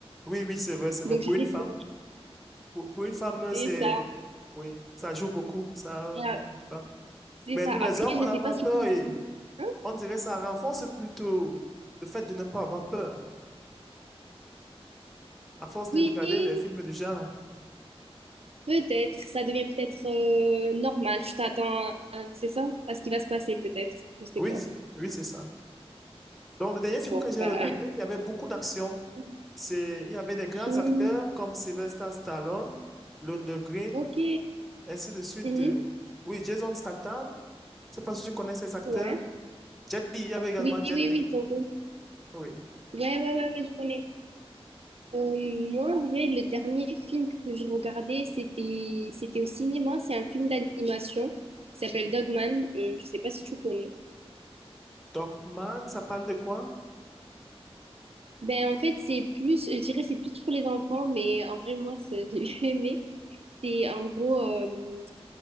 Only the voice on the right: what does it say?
donc
j'arrête
de-
c'est
ça
Et, euh,
c'est
ça
après
je
sais
pas si
Hein
oui,
Peut-être, ça devient peut-être euh, normal. Tu t'attends, à- c'est ça, à ce qui va se passer peut-être. Je sais
pas.
Bon,
bah.
<laughs>
Hmm,
ok.
Mhm,
ouais.
Oui, oui,
oui.
ils sont
Ouais, ouais, ouais, ouais, je connais. Euh, moi, en vrai, le dernier film que je regardais, c'était, c'était au cinéma. C'est un film d'animation. Il s'appelle Dogman. Euh, je sais pas si tu connais.
Ben, en fait, c'est plus, je dirais, c'est plus pour les enfants, mais en vrai, moi, ça, <laughs> j'ai bien aimé. C'est en gros. euh,